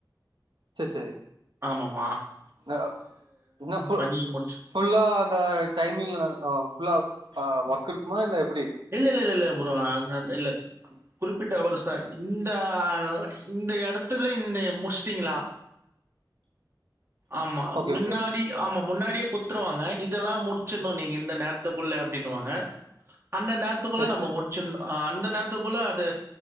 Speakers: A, on the right; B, on the right.
A: சேச் சேரி
B: ஆமாம்
A: என்னோ என்ன ஃபுல்
B: பண்ணி முடிச்சு
A: ஃபுல்லா அந்த டைமிங்ல்ல அ ஃபுல்லா அ ஒர்க் இருக்குமா இல்ல எப்
B: இல்லல்ல இல்ல ப்ரோ நா அந்த இல்ல குறிப்பிட்ட அவ்ரு த்த இந்த ஆ இந்த எடத்துல இந்த முஸ்டிங்களா ஆமா
A: ஓகே
B: மின்னாடி
A: ஓகே
B: ஆமா முன்னாடியே குத்துருவாங்க இதெல்லா முடிச்சிடணு நீங்க இந்த நேரத்துக்குள்ள அப்டின்னுவாங்க அந்த நேரத்துக்குல்ல
A: சேர்
B: நம்ம
A: சேரி
B: முடிச்சிர்னு அ அந்த நேரத்துக்குள்ள அது